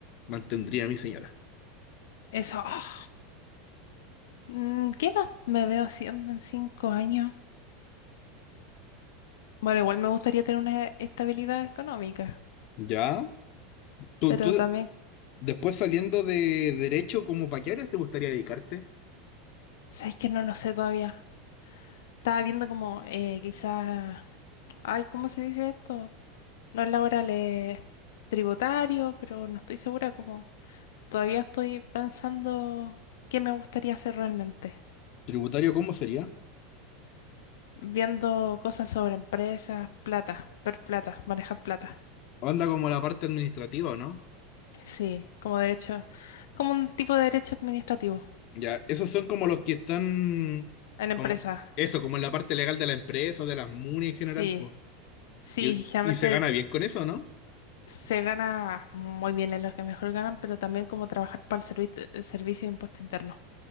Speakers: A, on the left; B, on the left.
A: mantendría a mi señora.
B: Eso. ah. Mm, ¿Qué más me veo haciendo en cinco años? Bueno, igual me gustaría tener una estabilidad económica,
A: ¿Ya? ¿Tú,
B: pero
A: tú
B: también,
A: después saliendo de derecho, como para qué áreas te gustaría dedicarte?
B: ¿sabéis que no lo sé todavía? Estaba viendo como eh, quizás, ay, ¿cómo se dice esto? No es laboral, es tributario, pero no estoy segura como Todavía estoy pensando qué me gustaría hacer realmente,
A: ¿Tributario cómo sería?
B: viendo cosas sobre empresas, plata, ver plata, manejar plata.
A: Anda como la parte administrativa, ¿o ¿no?
B: Sí, como derecho, como un tipo de derecho administrativo
A: Ya, esos son como los que están,
B: en
A: como,
B: empresas.
A: eso, como en la parte legal de la empresa, de las MUNI en general,
B: Sí,
A: pues.
B: sí,
A: Y,
B: generalmente
A: y se gana bien con eso, ¿no?
B: se gana muy bien en los que mejor ganan, pero también como trabajar para el servi- el servicio de impuesto interno.